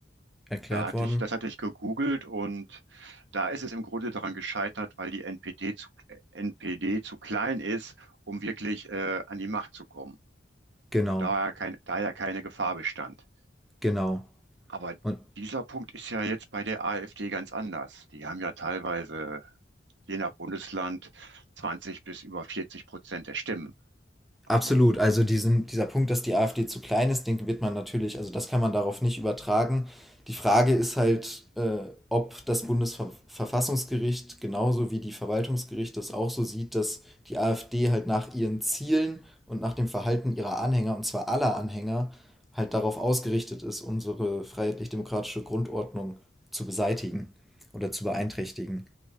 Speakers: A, in the centre; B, on the right.
A: erklärt
B: da hatte
A: worden.
B: ich, das hatte ich gegoogelt und da ist es im Grunde daran gescheitert, weil die NPD zu, äh, NPD zu klein ist, um wirklich äh, an die Macht zu kommen.
A: Genau,
B: Und da ja kein, da ja keine Gefahr bestand.
A: genau.
B: Aber
A: Und
B: dieser Punkt ist ja jetzt bei der AfD ganz anders. Die haben ja teilweise, je nach Bundesland, 20 bis über 40 Prozent der Stimmen. Also,
A: Absolut. Also diesen, dieser Punkt, dass die AfD zu klein ist, den wird man natürlich, also das kann man darauf nicht übertragen. Die Frage ist halt, äh, ob das Bundesverfassungsgericht genauso wie die Verwaltungsgerichte es auch so sieht, dass die AfD halt nach ihren Zielen und nach dem Verhalten ihrer Anhänger, und zwar aller Anhänger, halt darauf ausgerichtet ist, unsere freiheitlich-demokratische Grundordnung zu beseitigen oder zu beeinträchtigen.